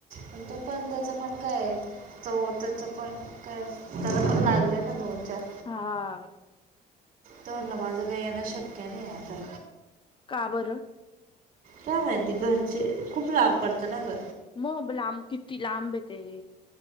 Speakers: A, on the right; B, on the left.
A: पण तो पण त्याच पण काय आहे तो त्याच पण काय, त्याला पण लागलेलं दोन चार
B: हां.
A: तर ना माझं काही येणं शक्य नाही आता.
B: का बरं?
A: काय माहिती घरचे खूप लांब पडतं ना ग.
B: मग लांब किती लांब येते.